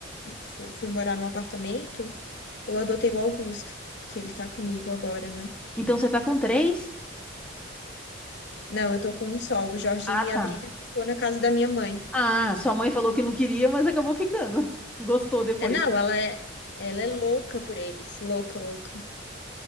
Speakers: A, on the left; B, in the centre.
A: fu- fui morar num apartamento, eu adotei o Augusto, que ele tá comigo agora, né?
B: Então você tá com três?
A: Não, eu tô com um só. O Jorginho
B: Ah,
A: e a
B: tá.
A: Brida ficou na casa da minha mãe.
B: Ah, sua mãe falou que não queria, mas acabou ficando. <laughs> Gostou depois.
A: É, não, ela é, ela é louca por eles. Louca, louca.